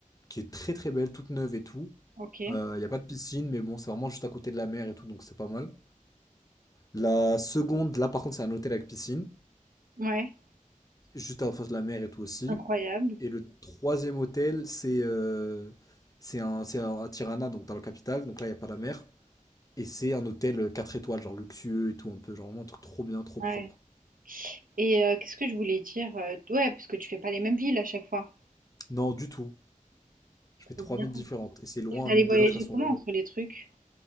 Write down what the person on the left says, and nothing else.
qui est très très belle, toute neuve et tout.
Il n'y a pas de piscine, mais bon, c'est vraiment juste à côté de la mer et tout, donc c'est pas mal. La seconde, là par contre, c'est un hôtel avec piscine,
juste en face de la mer et tout aussi.
Et le troisième hôtel, c'est euh, c'est un, c'est un- à Tirana, donc dans la capitale, donc là, il n'y a pas la mer. Et c'est un hôtel euh, 4 étoiles, genre luxueux et tout, un peu, genre vraiment un truc trop bien, trop
propre.
Non, du tout. Je
fais trois
villes différentes, et c'est loin
l'une
de l'autre, elles sont
loin.